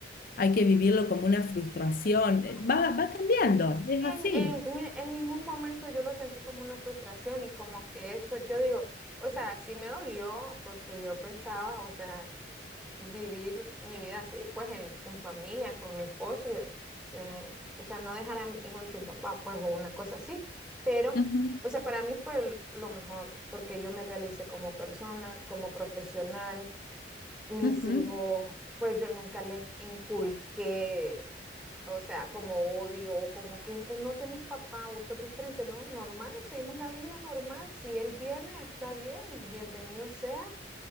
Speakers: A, on the left (about 50°); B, in the centre.
A: hay que vivirlo como una frustración.
B: no.
A: Eh, Va, va cambiando,
B: Sí,
A: es
B: en,
A: así.
B: en, mi- en ningún momento yo lo sentí como una frustración y como que eso, yo digo, o sea, sí me dolió porque yo pensaba, o sea, vivir mi vida así, pues en, en familia, con mi esposo, y, eh, o sea, no dejar a mi hijo sin papá, pues o una cosa así, pero,
A: Ujú,
B: o sea, para mí fue el- lo mejor, porque yo me realicé como persona, como profesional, mis
A: ujú,
B: hijos, pues yo nunca les inculqué, o sea, como odio, o como que "Eh, no tenés papá, vos sos diferente, ¿no? Normal, seguimos la vida normal, si él viene, está bien, bienvenido sea,